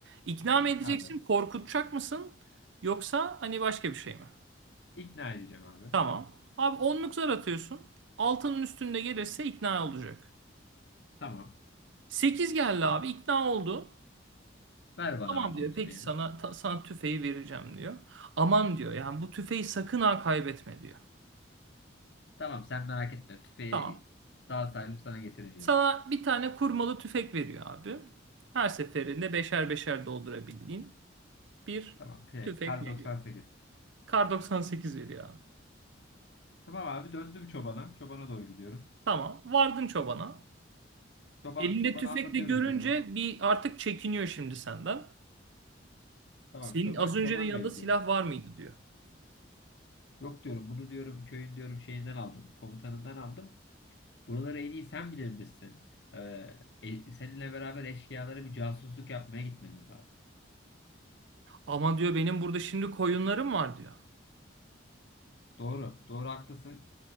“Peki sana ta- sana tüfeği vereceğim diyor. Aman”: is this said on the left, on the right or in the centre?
Right